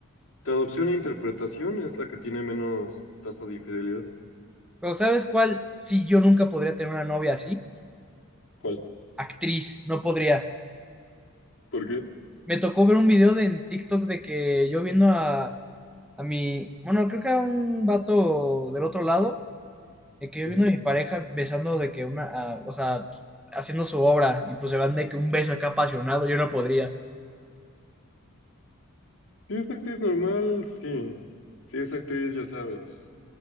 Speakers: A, on the left (about 65°); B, in the centre.
A: Traducción e interpretación es la que tiene menos tasa de infidelidad.
B: pero ¿sabes cuál? Sí, yo nunca podría tener una novia así.
A: ¿Cuál?
B: Actriz, no podría.
A: ¿Por qué?
B: Me tocó ver un video de, en TikTok de que yo viendo a a mi, bueno, creo que a un vato del otro lado, de que yo
A: Ujú.
B: viendo a mi pareja besando de que una, a- o sea, haciendo su obra y pues se van de que un beso acá apasionado, yo no podría.
A: Si es actriz normal, sí. Si es actriz, ya sabes.